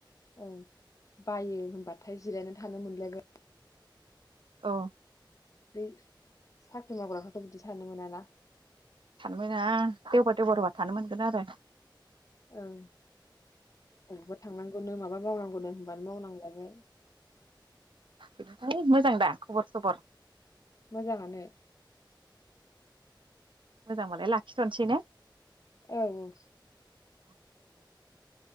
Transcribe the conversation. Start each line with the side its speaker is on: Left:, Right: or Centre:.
Left: औ बायो होनबाथाय जिरायनानै थानो मोनलायबाय।
Right: औ
Left: बै साख्रि मावग्राफ्राथ' बिदि थानो मोनाना?
Right: थानो मोना देवबार देवबारबा थानो मोनगोन आरो।
Left: ओं अबावबा थांनां गौनो माबा मावनांगौ नो होनबानो मावनांलायबाय।
Right: बिनिफाय मोजां दा खबर सबर
Left: मोजाङानो
Right: मोजांबालाय लाखिथ'नोसै ने?
Left: औ औ
Right: <inaudible>